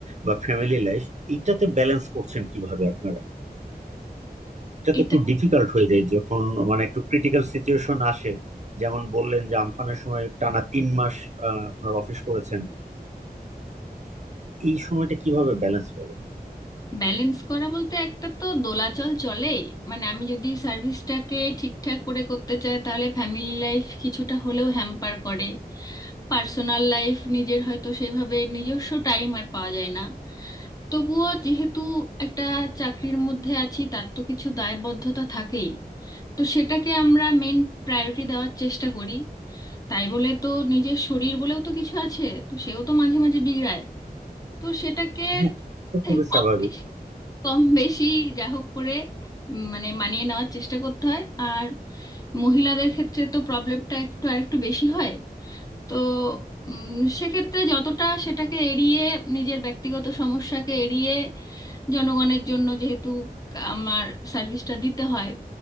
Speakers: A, on the right; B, on the left.
A: বা ফ্যামিলি লাইফ এইটাতে ব্যালেন্স করছেন কিভাবে আপনারা এটা তো
B: এটা
A: একটু ডিফিকাল্ট হয়ে যায় যখন মানে একটু ক্রিটিক্যাল সিচুয়েশন আসে যেমন বললেন যে আমফানের সময় টানা তিন মাস আহ, আপনার অফিস করেছেন এই সময়টা কিভাবে ব্যালেন্স করেন
B: ব্যালেন্স করা বলতে একটা তো দোলাচল চলেই মানে আমি যদি সার্ভিসটাকে ঠিকঠাক করে করতে চাই তাহলে ফ্যামিলি লাইফ কিছুটা হলেও হ্যাম্পার করে পার্সোনাল লাইফ নিজের হয়তো সেভাবে নিজস্ব টাইম আর পাওয়া যায় না তবুও যেহেতু একটা চাকরির মধ্যে আছি তার তো কিছু দায়বদ্ধতা থাকেই তো সেটাকে আমরা মেন প্রায়োরিটি দেওয়ার চেষ্টা করি তাই বলে তো নিজের শরীর বলেও তো কিছু আছে তো সেও তো মাঝে মাঝে বিগড়ায় তো সেটাকে
A: হ্যাঁ তো খুবই
B: কম
A: স্বাভাবিক
B: বেশি কম বেশি যা হোক করে উম, মানে মানিয়ে নেওয়ার চেষ্টা করতে হয় আর মহিলাদের ক্ষেত্রে তো প্রবলেমটা একটু আরেকটু বেশি হয় তো উম, সেক্ষেত্রে যতটা সেটাকে এড়িয়ে নিজের ব্যক্তিগত সমস্যাকে এড়িয়ে জনগণের জন্য যেহেতু আমার সার্ভিসটা দিতে হয়